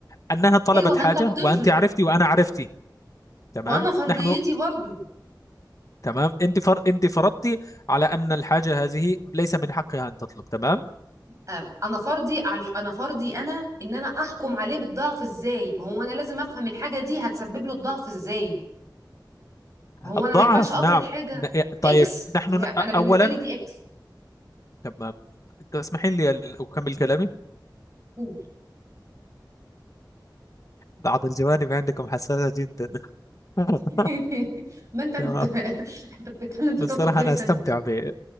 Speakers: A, on the left; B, on the right.
A: انها طلبت
B: ايوه ما
A: حاجه
B: انت بتفرض
A: وانت عرفتي وانا عرفتي تمام
B: وانا فرضيتي
A: نحن
B: برضو
A: تمام انت فر... انت فرضتي على ان الحاجه هذه ليس من حقها ان تطلب تمام
B: آه، انا فرضي على الح- انا فرضي انا ان انا احكم عليه بالضعف ازاي ما هو انا لازم افهم الحاجه دي هتسبب له الضعف ازاي ما هو
A: الضعف
B: انا ما ينفعش افرض
A: نعم
B: حاجه
A: ن- إيه،
B: اكس
A: طيب نحن
B: هي
A: ن-
B: انا
A: اولا
B: بالنسبه لي دي اكس
A: تمام تسمحين لي ال- اكمل كلامي
B: قول
A: بعض الجوانب عندكم حساسة جدا <laughs>
B: <laughs> ما انت اللي
A: تمام
B: بت... <laughs> انت بتتكلم في
A: بصراحه
B: توبيك فيري
A: انا
B: سنسيتيف
A: استمتع ب...